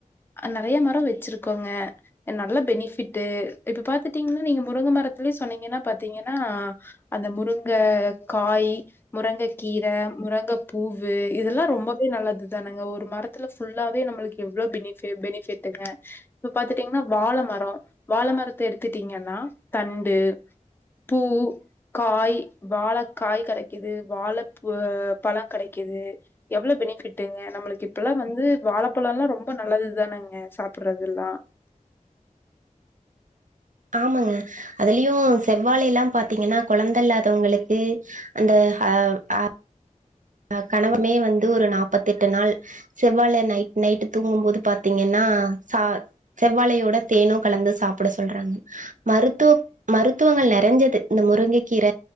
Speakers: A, on the left; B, on the right.
A: நெறையா மரோ வெச்சிருக்கோங்க நல்லா பெனிஃபிட்டு இப்ப பாத்துடீங்கனா நீங்க முருங்க மரத்துலயே சொன்னீங்கனா பாத்தீங்கனா அந்த முருங்க காய் முருங்ககீர முருங்கபூவு இதெல்லா ரொம்பவே நல்லதுதானங்க ஒரு மரத்துல ஃபுல்லாவே நம்ளுக்கு எவ்ளோ பெனிஃபி பெனிஃபிட்டுங்க இப்போ பாத்துட்டீங்னா வாழ மரோ வாழ மரத்த எடுத்துட்டீங்கனா தண்டு பூ, காய் வாழக் காய் கெடைக்குது வாழைப்பு பழங் கெடைக்குது எவ்ளோ பெனிஃபிட்டுங்க நம்மளுக்கு இப்பல்லா வந்து வாழப்பழொல்லா ரொம்ப நல்லதுதானங்க சாப்பறதெல்லா
B: ஆமாங்க அதுலயு செவ்வாழையெல்லா பாத்தீங்கனா கொழந்த இல்லாதவங்களுக்கு அந்த ஹ அ அ கணவருமே வந்து ஒரு நாப்பத்தெட்டு நாள் செவ்வாழை நைட் நைட்டு் தூங்கும்போது பாத்தீங்கன்னா ச செவ்வாழையோட தேனு கலந்து சாப்ட சொல்றாங்க மருத்துவ மருத்துவங்கள் நெறஞ்சது இந்த முருங்க கீர